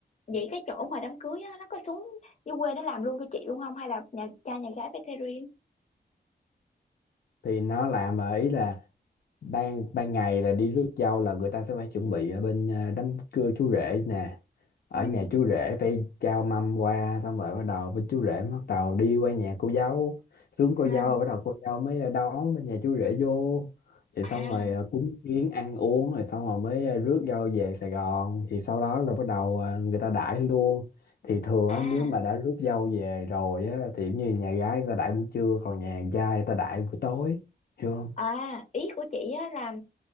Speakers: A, on the left (about 45°); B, on the left (about 65°).
A: Vậy cái chỗ mà đám cưới á, nó có xuống dưới quê nó làm luôn cho chị luôn không hay là nhà cha nhà gái phải thuê riêng?
B: Thì nó làm mà ý là ban ban ngày là đi rước dâu là người ta sẽ phải chuẩn bị ở bên à, đám cưa chú rể nè ở
A: Ừ.
B: nhà chú rể phải trao mâm qua xong rồi bắt đầu bên chú rể bắt đầu đi qua nhà cô dâu xuống cô
A: À,
B: dâu bắt đầu cô dâu mới à, đón bên nhà chú rể vô thì
A: à,
B: xong rồi à, cúng kiến ăn uống rồi xong rồi mới à, rước dâu về Sài Gòn thì sau đó là bắt đầu à, người ta đãi luôn thì thường
A: à,
B: á, nếu mà đã rước dâu về rồi á, thì giống như nhà gái người ta đãi buổi trưa còn nhà trai người ta đãi buổi tối hiểu không
A: à, ý của chị á là